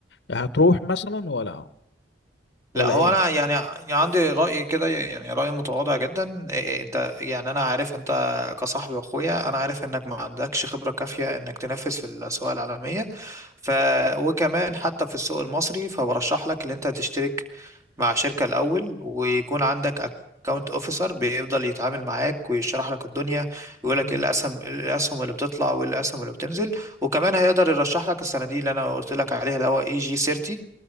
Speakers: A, on the left (about 70°); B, on the right (about 15°).
A: هتروح مثلا ولا ولا
B: لا هو
A: ايه
B: انا يعني يعني عندي راي كده يعني راي متواضع جدا إيه إيه، انت يعني انا عارف انت كصاحبي واخويا انا عارف انك ما عندكش خبره كافيه انك تنافس في الاسواق العالميه ف وكمان حتى في السوق المصري فبرشح لك ان انت تشترك مع شركه الاول ويكون عندك اكونت اوفيسر بيفضل يتعامل معاك ويشرح لك الدنيا يقول لك
A: مم.
B: ايه الاسهم إيه الاسهم اللي بتطلع وايه الاسهم اللي بتنزل وكمان هيقدر يرشح لك الصناديق اللي انا قلت لك عليها اللي هو اي جي 30